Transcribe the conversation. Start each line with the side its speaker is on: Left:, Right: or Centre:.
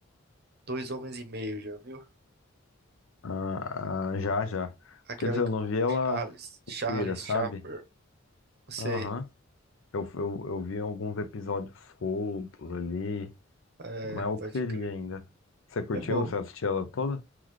Right: Dois Homens e Meio, já viu?
Left: Ah, ah, já, já.
Right: Aquela
Left: Quer dizer,
Right: com
Left: eu não
Right: o
Left: vi ela
Right: Charles, Charles
Left: inteira, sabe?
Right: Chaplin. Não sei.
Left: Aham. Eu, eu, eu vi alguns episódios soltos ali.
Right: É,
Left: Mas eu
Right: pode
Left: queria
Right: crer.
Left: ainda. Você curtiu?
Right: É bom.
Left: Você assistiu ela toda?